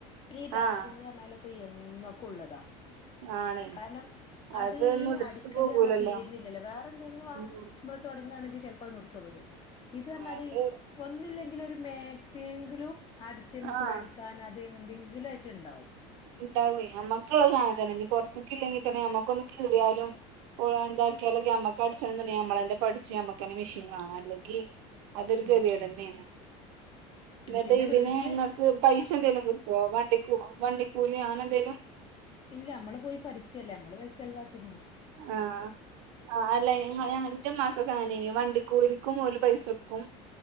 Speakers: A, on the left; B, on the right.
A: ഈ ടൈലറിങ്ന്ന്
B: ആഹ്
A: പറഞ്ഞാല് ഇതൊക്കെ എന്നൊക്കെ ഉള്ളതാ
B: ആണേ
A: കാരണം അത്
B: അതൊന്നും
A: ഈ
B: എടുത്തു
A: അടിക്കല്
B: പോകൂലല്ലോ
A: പറഞ്ഞാൽ തീരുന്നില്ലല്ലേ വേറെ എന്തെങ്കിലും വാ
B: ഉം
A: നമ്മള് തുടങ്ങുകയാണെങ്കിൽ ചെലപ്പോ അത് നിർത്തു ഒക്ക ചെയ്യും ഇത് ന്ന് പറഞ്ഞാല്
B: അത്
A: ഒന്നുല്ലെങ്കിലിലും ഒരു മാക്സിയെങ്കിലും അടിച്ച് നമ്മക്കൂട
B: ആഹ്
A: അടിക്ക അത് എന്തെങ്കിലും ആയിട്ട് ഉണ്ടാവും
B: ഉണ്ടാവും നമ്മുക്കുള്ള സാധനം പുറത്തൊക്ക ഇല്ലെങ്കിൽ തന്നെ നമ്മക്കൊന്ന് കയറിയാലും എന്താക്കിയാലൊക്കെ നമ്മക്ക് അടിച്ചുണ്ടെ നമ്മളെന്റെ പഠച്ച് നമ്മക്കെന്നെ മെഷീൻ വാങ്ങാം അല്ലെങ്കിൽ അതൊരു
A: ഉം
B: ഗതികേട്
A: ഉം
B: തന്നെയാണ് എന്നിട്ട്
A: പിന്നെ
B: ഇതിനെ
A: വീട്ടില്
B: ഇങ്ങക്ക് പൈസ എന്തങ്കിലും കിട്ടോ വണ്ടി കൂലി വണ്ടി കൂലി ആണെങ്കിലും
A: ഇല്ല നമ്മള് പോയി പഠിക്കുവല്ലേ നമ്മള് പൈസ ചിലവാക്കി
B: ആഹ ആ അല്ല എന്റെമക്കൾക്ക് അങ്ങനേനു വണ്ടി കുലിക്കും ഓല് പൈസ കൊടുക്കും